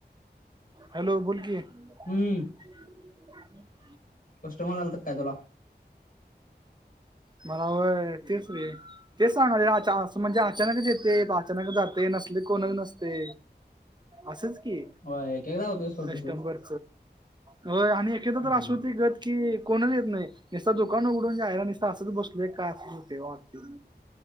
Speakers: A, on the right; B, on the left.
A: हॅलो बोल की.
B: हम्म.
A: <inaudible>
B: कस्टमर आलत काय तुला?
A: मला व्हाय तेच रे तेच सांगायलो अचा अस म्हणजे अच अचानक येते अचानक जाते. नसले कोणच नसते. असच की
B: होय एक एकदा होतोय सोड
A: कस्टबर
B: तसंच
A: हो आणि एकेकदा
B: हम्म
A: तर अस होती गत कि कोणच येत नाही. नसता दुकान उघडून जायला असंच बसलय काय ते वाटते.